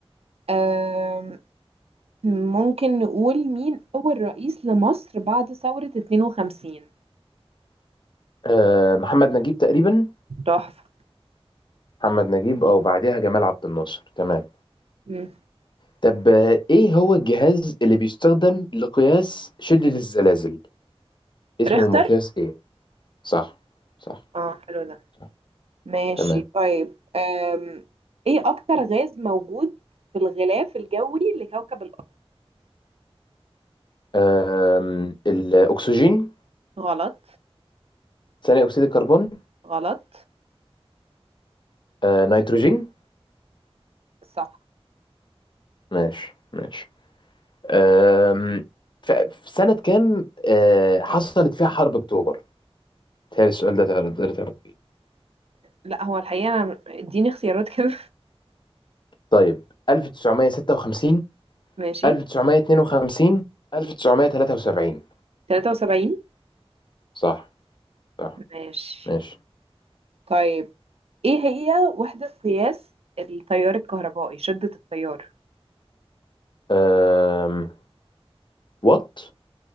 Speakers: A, on the right; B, on the left.
A: آم، ممكن نقول مين اول رئيس لمصر بعد ثورة 52
B: آه محمد نجيب تقريبا
A: تحفة
B: محمد نجيب او بعدها جمال عبد الناصر تمام
A: مم.
B: طب آه، ايه هو الجهاز اللي بيستخدم لقياس شده الزلازل اسمه
A: ريختر
B: مقياس ايه صح صح
A: اه حلو ده
B: صح
A: ماشي
B: تمام
A: طيب آم، ايه اكتر غاز موجود في الغلاف الجوي لكوكب الارض
B: آم، الاكسجين
A: غلط
B: ثاني اكسيد الكربون
A: غلط
B: آه نيتروجين
A: صح
B: ماشي ماشي أم، ف- في سنة كام أه، حصلت فيها حرب أكتوبر؟ تهيألي السؤال ده تقدر تقدر تعرف فيه.
A: لا هو الحقيقة أنا اديني اختيارات كده
B: طيب 1956
A: <laughs> ماشي
B: 1952 1973
A: 73
B: صح صح
A: ماشي
B: ماشي
A: طيب ايه هي وحدة قياس التيار الكهربائي شدة التيار
B: أم، وات